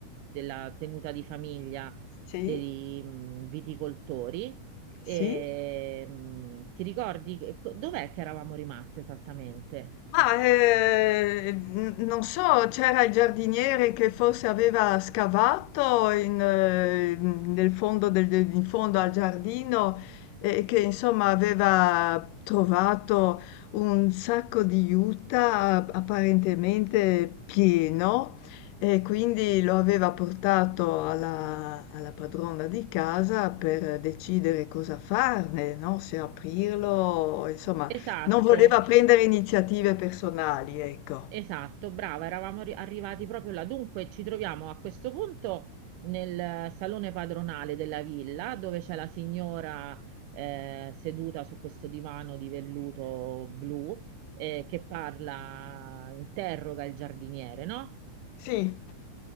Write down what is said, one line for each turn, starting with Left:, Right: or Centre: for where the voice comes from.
Right: della tenuta di famiglia
Left: Sì,
Right: dei mm, viticoltori. E,
Left: sì.
Right: mm, ti ricordi co- dov'è che eravamo rimaste esattamente?
Left: Ma eh, n- non so, c'era il giardiniere che forse aveva scavato in, eh, nel fondo del- del- in fondo al giardino e che insomma aveva trovato un sacco di juta apparentemente pieno e quindi lo aveva portato alla, alla padrona di casa per decidere cosa farne, no? Se aprirlo, insomma.
Right: Esatto.
Left: Non voleva prendere iniziative personali, ecco.
Right: Esatto, brava, eravamo arri- arrivati proprio là. Dunque, ci troviamo a questo punto nel salone padronale della villa, dove c'è la signora eh, seduta su questo divano di velluto blu eh, che parla, interroga il giardiniere, no?
Left: Sì,